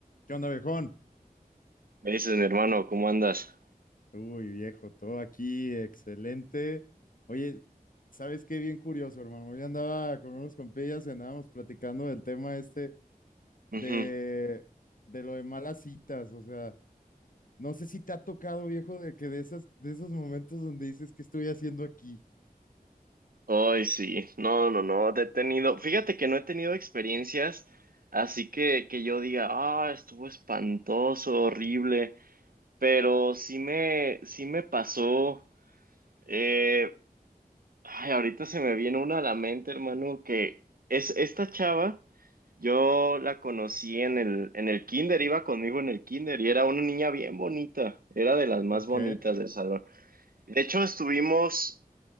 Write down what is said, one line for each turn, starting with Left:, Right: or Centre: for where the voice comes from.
Left: ¿Qué onda, viejón?
Right: Me dices, mi hermano, ¿cómo andas?
Left: Uy, viejo, todo aquí, excelente. Oye, ¿sabes qué? Bien curioso, hermano. Hoy andaba con unos compillas y andábamos platicando del tema este de,
Right: Ujú.
Left: de lo de malas citas. O sea, no sé si te ha tocado, viejo, de que de esas, de esos momentos donde dices, ¿qué estoy haciendo aquí?
Right: Ay, sí. No, no, no. Te he tenido. Fíjate que no he tenido experiencias así que, que yo diga, ah, estuvo espantoso, horrible. Pero sí me, sí me pasó. eh, Ay, ahorita se me viene una a la mente, hermano, que es esta chava. Yo la conocí en el, en el kinder, iba conmigo en el kinder y era una niña bien bonita, era de las más
Left: Ok,
Right: bonitas del salón. De hecho, estuvimos